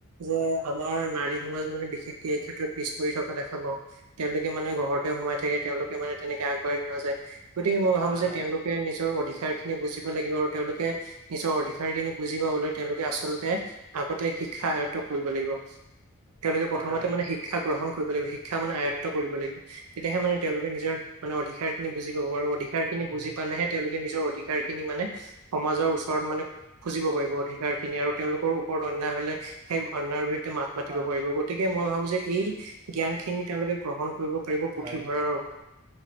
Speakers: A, on the right; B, on the right.
A: যে আমাৰ নাৰী সমাজ মানে বিশেষকে এই ক্ষেত্ৰত পিছ পৰি থকা দেখা পাওঁ তেওঁলোকে মানে ঘৰতে সোমাই থাকে তেওঁলোকে মানে তেনেকে আগবাঢ়ি নাযায়। গতিকে মই
B: হয়
A: ভাবো যে
B: হয়
A: তেওঁলোকে নিজৰ অধিকাৰ খিনি বুজিব লাগিব আৰু তেওঁলোকে নিজৰ অধি কাৰ খিনি বুজি পাবলৈ তেওঁলোকে আচলতে আগতে শিক্ষা আয়ত্ব কৰিব লাগিব। তেওঁলোকে প্ৰথমতে
B: হয় হয়
A: মানে শিক্ষা গ্ৰহণ কৰিব লাগিব শিক্ষা মানে আয়ত্ব কৰিব লাগিব। তেতিয়াহে মানে তেওঁলোকে নিজৰ মানে অধিকাৰ খিনি বুজি পাব আৰু অধি কাৰ খিনি
B: উম
A: বুজি পালেহে তেওঁলোকে নিজৰ অধিকাৰ খিনি মানে সমাজৰ ওচৰত মানে খুজিব পাৰিব অধিকাৰ খিনি আৰু তেওঁলোকৰ ওপৰত অন্যায় হলে সেই অন্যায়ৰ বিৰুদ্ধে মাত মাতিব
B: হয়
A: পাৰিব গতি গতিকে মই ভাবো যে এই জ্ঞান খিনি তেওঁলোকে গ্ৰহণ কৰিব পাৰিব
B: হয়
A: পুথিভঁৰালৰ পৰা।